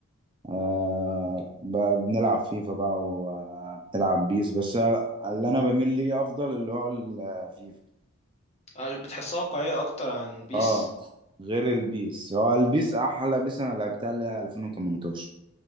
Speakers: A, on the right; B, on the left.
A: آه ب- بنلعب فيفا بقى وبنلعب بيس بس اللي انا بميل ليه افضل اللي هو الفيفا
B: آه، بتحسها واقعية اكتر عن بيس
A: اه غير البيس هو البيس احلى بيس انا لعبتها اللي هي 2018